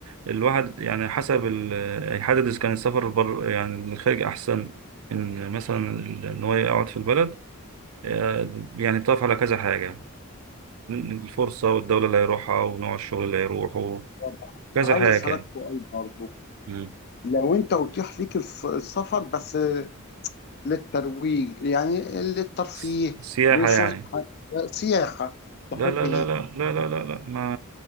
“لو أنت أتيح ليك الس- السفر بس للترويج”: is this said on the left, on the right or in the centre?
Left